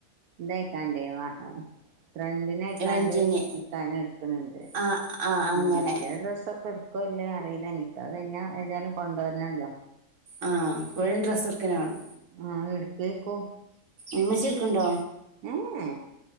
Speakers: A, on the right; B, on the right.
A: ഇതായിക്കണ്ടേ വ ഫ്രണ്ടിനെയിക്കാണ്ട്
B: റെന്റിന്
A: നിക്കാഹ് നടത്തുന്നുണ്ട്
B: ആ ആ അങ്ങനെ
A: മ്മ്... മറ്റേ ഡ്രസ്സൊക്കെടു നിക്കോ ഇല്ലേ അറിയില്ല നിക്കാഹ് കഴിഞ്ഞാ ഏതായാലും കൊണ്ടുവരണല്ലോ...
B: ആ... ഇവിടേം ഡ്രസ്സ്‌ എടുക്കലാണ്
A: ആഹ്... എടുക്കേക്കും....
B: ഉമ്മച്ചി എടുക്കുന്നുണ്ടോ...
A: ഏഹ്